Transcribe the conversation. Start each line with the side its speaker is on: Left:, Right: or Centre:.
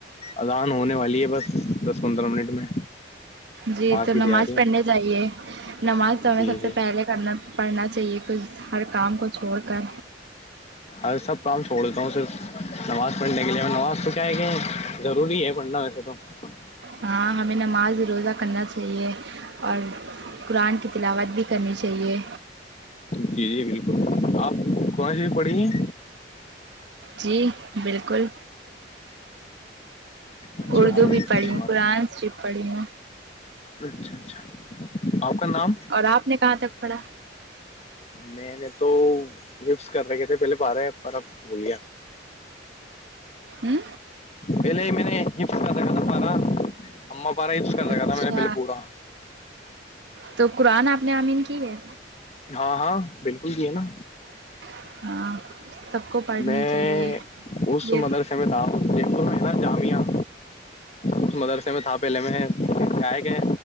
Left: اذان ہونے والی ہے بس دس پندرہ منٹ میں
Right: جی تو
Left: کی
Right: نماز
Left: تیاری
Right: پڑھنے چاہیے نماز
Left: ہے
Right: تو ہمیں
Left: جی
Right: سب
Left: جی
Right: سے پہلے کرنا پڑنا چاہیے کچھ ہر کام کو چھوڑ کر
Left: اور سب کام چھوڑ دیتا ہوں صرف نماز پڑھنے کے لیے نماز تو کیا ہے کہ ضروری ہے پڑھنا میںسب ایک دم
Right: ہاں ہمیں نماز روزہ کرنا چاہیے اور قرآن کی تلاوت بھی کرنی چاہیے
Left: جی جی بالکل آپ کونش پڑی ہیں
Right: جی بالکل
Left: اچھی
Right: اردو
Left: بات ہے بہت
Right: بھی پڑھی
Left: اچھی
Right: ہوں
Left: بات
Right: قرآن بھی پڑھی ہوں
Left: اچھا اچھا آپ کا نام
Right: اور آپ نے کہاں تک پڑھا
Left: میں نے تو ہفط کر رکھے تھے پہلے پارے ہیں پر اب بھول لیا
Right: ہ
Left: پہلے میں نےحفط کر رکھا تھا پارا اما پارا ہفط کر
Right: اچھا
Left: رکھا تھا میں نے پہلے پورا
Right: تو قرآن آپ نے آمین کی ہے
Left: ہاں ہاں بالکل بھی ہے نا
Right: <inaudible> سب کو پڑھنی
Left: میں
Right: چاہیے
Left: اس
Right: یہ
Left: مدرس میں تھا دیکھوں ہے نا جامعہ اس مدرسے میں تھا پہلے میں کیا ہے کہ